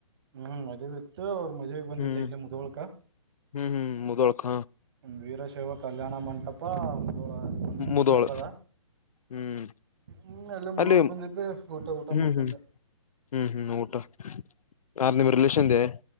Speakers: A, on the right; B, on the left.
A: ಹ್ಮ್ ಮದವಿ ಇತ್ತು ಅವ್ರ ಮದ್ವೆಗ್ ಬಂದಿದ್ದೆ
B: ಹ್ಮ್
A: ಇಲ್ಲ ಮುಧೋಳಕ
B: ಹ್ಮ್ ಮುದೋಳ್ಕ
A: ವೀರಶೈವ ಕಲ್ಯಾಣ ಮಂಟಪ ಮುದೋಳ ಒಂದು
B: ಮುದೋಳ
A: ಮಂಟಪದ
B: ಹ್ಮ್
A: ಹ್ಮ್ ನಿನ್ನೆ ಅಲ್ಲೇ ಮುದೋಳ
B: ಅಲ್ಲಿ
A: ಬಂದಿದ್ದೆ ಊಟ
B: ಹ್ಮ್
A: ಮುಗಿಸಿಕೊಂಡೇ
B: ಹ್ಮ್ ಹ್ಮ್ ಹ್ಮ್ ಊಟ ಯಾರ್ ನಿಮ್ ರಿಲೇಷನ್ದೆ